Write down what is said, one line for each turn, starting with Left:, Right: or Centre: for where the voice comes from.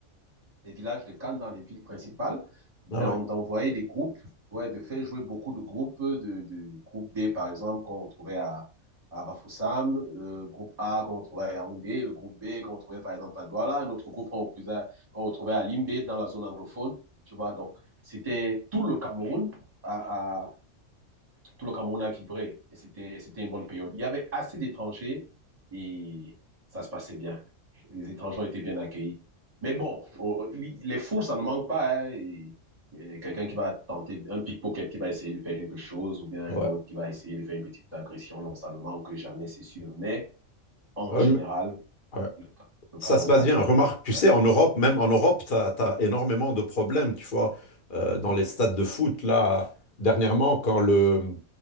Right: des villages de Cannes dans les villes principales, d'envoyer
Left: Ah oui.
Right: des groupes, ouais, de faire jouer beaucoup de groupes, de, de groupe D par exemple qu'on retrouvait à, à Bafoussam, euh, groupe A qu'on retrouvait à Yaoundé, le groupe B qu'on retrouvait par exemple à Douala, un autre groupe qu'on retrouvait, qu'on retrouvait à Limbé dans la zone anglophone, tu vois. Donc c'était tout le Cameroun à, à tout le Cameroun a vibré et c'était, c'était une bonne période. Il y avait assez d'étrangers et ça se passait bien. Les étrangers ont été bien accueillis. Mais bon, on- les fous, ça ne manque pas. hein, et- et Quelqu'un qui va tenter, un pickpocket qui va essayer de faire quelque chose, ou bien un
Left: Ouais.
Right: autre qui va essayer de faire une petite agression, non, ça ne manque jamais, c'est sûr. Mais en
Left: Euh,
Right: général,
Left: ouais.
Right: le, le
Left: Ça
Right: Cameroun
Left: se passe
Right: est accueillant.
Left: bien. Remarque, tu
Right: Ouais,
Left: sais, en Europe, même en Europe, tu as, énormément de problèmes. Tu vois, Euh, dans les stades
Right: ouais.
Left: de foot, là, dernièrement, quand le,